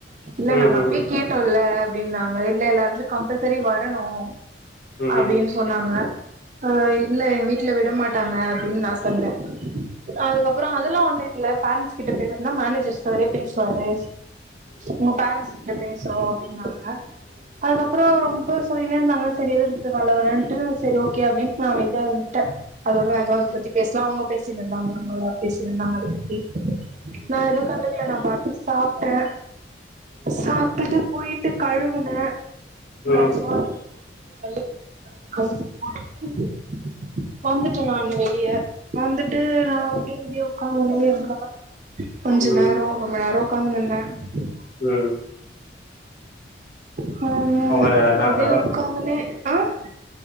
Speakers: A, on the right; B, on the left.
A: இல்ல
B: ம்
A: நாங்க
B: ம் ம் ம்
A: அப்பேயே கேட்டோல்ல ப்பிடினாங்க இல்ல இல்ல அதுல கம்பல்சரி வர வரணும்
B: ம் ம் ம் ம் ம்
A: அப்பிடின்னு சொன்னாங்க அ இல்ல என் வீட்ல விட மாட்டாங்க அப்பிடின்னு நான் சொன்னேன் அதுக்கப்பறம் அதெல்லாம் ஒன்னில்ல இல்ல பேரன்ட்ஸ் கிட்ட பேசறுதுனா மேனேஜர் சாரே பேசுவாரு உங்க பேரன்ஸ் கிட்ட பேசு சோ அப்பிடினாங்க அ அதுக்கப்பறம் ரொம்ப இருந்தாங்க சரி எதுக்கு கூப்பிடுராங்க நா வரேன்னுட்டு சேரி ஓகே ஓகே அப்பிடின்னு நான் அமைதியாவிட்டேன் அதோட அதும் அத பத்தி பேசலாம் அவுங்க பேச சின்னவங்க அவுங்கல்லாம் பேசின்னு இருந்தாங்க அத பத்தி நான் எதும் கண்டுக்கல நான் பாத் சாப்டேன் சாப்பிட்டுட்டு போய் விட்டு கழுவுன
B: ம்
A: சாரி <unintelligible> அக்கவுண்ட் போட்டுட்டு வந்துட்டேன் நான் வெளிய வந்துட்டு வந்துத்து நா அப்பிடியே வெளியோ காலையிலே எழுந்துத்தாங்க கொஞ்ச
B: ம் ம்
A: நேர ரொம்ப நேர உக்காந்துன்யிருந்தே <unintelligible>
B: உம்
A: ஹா
B: அவர தானா
A: அப்டியே உக்கந்தன்னே அன்